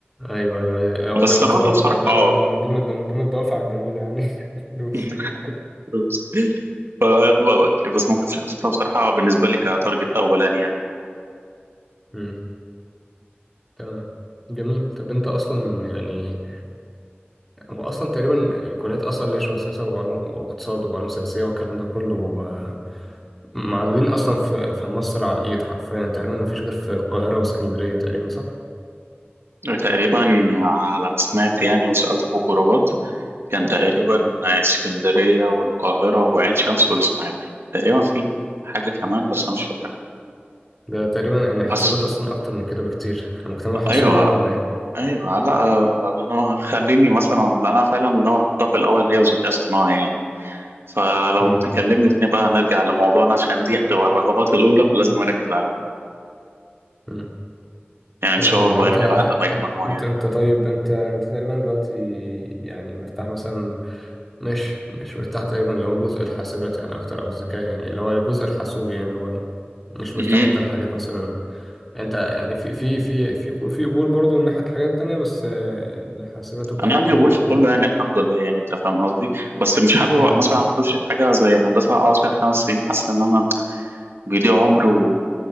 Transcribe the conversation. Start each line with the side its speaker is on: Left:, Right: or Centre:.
Centre: ايوه ايوه أيوة. هو ده
Right: بس
Centre: هو
Right: برضه
Centre: طبعا
Right: بصراحه
Centre: ده, ده من من ضمن الد- من ضمن الدوافع الجميله يعني <laughs> الفلوس
Right: <laughs> <laughs> ف- بس ممكن حطيتها بصراحة بالنسبة لي كتارجت أولاني يعني
Centre: امم تمام جميل طب انت اصلا يعني هو اصلا تقريبا الكليات اصلا اللي هي شبه سياسه وعلوم واقتصاد وعلوم سياسيه والكلام ده كله آه، معدودين اصلا في في مصر على الايد حرفيا يعني تقريبا ما فيش غير في القاهره واسكندريه تقريبا صح؟
Right: تقريبا على ما سمعت يعني وسألت في الجروبات كان تقريبا اسكندرية والقاهرة وعين شمس والإسماعيلية تقريبا في حاجة كمان بس أنا مش فاكرها
Centre: ده تقريبا يعني حاسبات
Right: بس
Centre: اصلا اكتر من كده بكتير مجتمع حاسوبي
Right: أيوه
Centre: بقى ولا ايه؟
Right: أيوه لا أنا أنا خليني مثلا لأن أنا فعلا ناوي أحطها في الأول هي وذكاء اصطناعي يعني فلو
Centre: <laughs>
Right: تكلمني تاني بقى نرجع لموضوعنا عشان دي هتبقى الرغبات الأولى ولازم أركز عليها
Centre: امم
Right: يعني إن
Centre: تمام
Right: شاء
Centre: يعني
Right: الله
Centre: انت
Right: يعني الواحد لما يجيب مجموعة
Centre: انت
Right: يعني
Centre: انت طيب انت انت تقريبا دلوقتي يعني مرتاح مثلا مش مش مرتاح تقريبا اللي هو جزء الحاسبات يعني اكتر او الذكاء يعني اللي هو الجزء الحاسوبي يعني اللي هو مش
Right: مهم.
Centre: مرتاح انت لحاجات مثلا انت يعني في في في في في قبول برضه من ناحية الحاجات التانية بس آه، الحاسبات والكلام
Right: انا عندي
Centre: ده
Right: قبول
Centre: كله
Right: في كله يعني
Centre: اه
Right: الحمد لله يعني انت فاهم قصدي بس مش حابب
Centre: مم.
Right: مثلا اخش في حاجه زي هندسه اقعد فيها خمس سنين حاسس ان انا بيضيع عمري و...